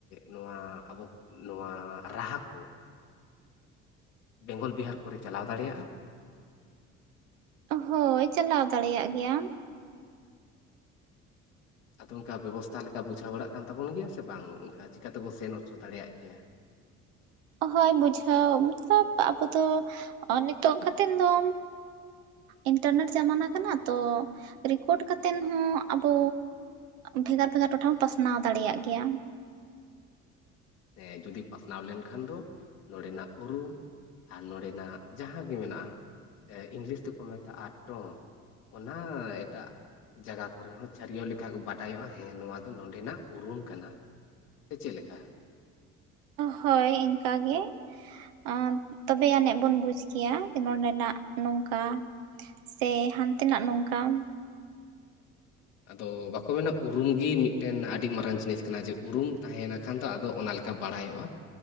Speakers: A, on the left; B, on the right.
A: ᱱᱚᱣᱟ ᱟᱵᱚ ᱱᱚᱣᱟ ᱨᱟᱦᱟ ᱠᱚ ᱵᱮᱝᱜᱚᱞ ᱵᱤᱦᱟᱨ ᱠᱚᱨᱮ ᱪᱟᱞᱟᱣ ᱫᱟᱲᱮᱭᱟᱜᱼᱟ
B: ᱦᱳᱭ ᱪᱟᱞᱟᱣ ᱫᱟᱲᱮᱭᱟᱜ ᱜᱮᱭᱟᱢ
A: ᱟᱫᱚ ᱚᱝᱠᱟ ᱵᱮᱵᱚᱥᱛᱛᱟ ᱞᱮᱠᱟ ᱵᱩᱡᱷᱟᱹᱣ ᱵᱟᱲᱟᱜ ᱠᱟᱱ ᱛᱟᱵᱚᱱ ᱜᱮᱭᱟ ᱥᱮ ᱵᱟᱝ ᱚᱝᱠᱟ ᱪᱤᱠᱟᱛᱮᱵᱚ ᱥᱮᱱ ᱚᱪᱚ ᱫᱟᱲᱮᱭᱟᱜ ᱠᱮᱭᱟ
B: ᱦᱳᱭ ᱵᱩᱡᱷᱟᱹᱣ ᱢᱚᱛᱞᱚᱵᱽ ᱟᱵᱚ ᱫᱚ ᱱᱤᱛᱚᱜ ᱠᱟᱛᱮᱱ ᱫᱚ ᱤᱱᱴᱟᱨᱱᱮᱴ ᱡᱟᱢᱟᱱᱟ ᱠᱟᱱᱟ ᱛᱚ ᱨᱮᱠᱳᱨᱰ ᱠᱟᱛᱮᱱ ᱦᱚᱸ ᱟᱵᱚ ᱵᱷᱮᱜᱟᱨ-ᱵᱷᱮᱜᱟᱨ ᱴᱚᱴᱷᱟ <unintelligible> ᱯᱟᱥᱱᱟᱣ ᱫᱟᱲᱮᱭᱟᱜ ᱜᱮᱭᱟ
A: <unintelligible> ᱡᱩᱫᱤ ᱯᱟᱥᱱᱟᱣ ᱞᱮᱱᱠᱷᱟᱱ ᱫᱚ ᱱᱚᱰᱮᱱᱟᱜ ᱩᱨᱩᱢ ᱟᱨ ᱱᱚᱰᱮᱱᱟᱜ ᱡᱟᱦᱟᱸ ᱜᱮ ᱢᱮᱱᱟᱜᱼᱟ <unintelligible> ᱤᱝᱞᱤᱥ ᱛᱮᱠᱚ ᱢᱮᱛᱟᱜᱼᱟ ᱴᱚᱱ ᱚᱱᱟ ᱮᱴᱟᱜ ᱡᱟᱭᱜᱟ ᱠᱚᱨᱮ ᱦᱚᱸ ᱪᱷᱟᱹᱨᱭᱟᱹᱣ ᱞᱮᱠᱷᱟᱱ ᱠᱚ ᱵᱟᱰᱟᱭᱚᱜᱼᱟ ᱦᱮᱸ ᱱᱚᱣᱟ ᱫᱚ ᱱᱚᱰᱮᱱᱟᱜ ᱩᱨᱩᱢ ᱠᱟᱱᱟ ᱥᱮ ᱪᱮᱫ ᱞᱮᱠᱟ
B: ᱦᱳᱭ ᱤᱱᱠᱟᱜ ᱜᱮ <unintelligible> ᱛᱚᱵᱮ ᱟᱹᱱᱤᱡ ᱵᱚᱱ ᱵᱩᱡᱽ ᱠᱤᱭᱟ ᱱᱚᱸᱰᱮᱱᱟᱜ ᱱᱚᱝᱠᱟ ᱥᱮ ᱦᱟᱱᱛᱮ ᱱᱟᱜ ᱱᱚᱝᱠᱟ ᱾
A: ᱟᱫᱚ ᱵᱟᱠᱚ ᱢᱮᱱᱟ ᱩᱨᱩᱢ ᱜᱮ ᱢᱤᱫᱴᱮᱱ ᱟᱹᱰᱤ ᱢᱟᱨᱟᱝ ᱡᱤᱱᱤᱥ ᱠᱟᱱᱟ ᱡᱮ ᱩᱨᱩᱢ ᱛᱟᱦᱮᱱᱟ ᱠᱷᱟᱱ ᱫᱚ ᱟᱫᱚ ᱚᱱᱟ ᱞᱮᱠ ᱠᱟ ᱵᱟᱲᱟᱭᱚᱜᱼᱟ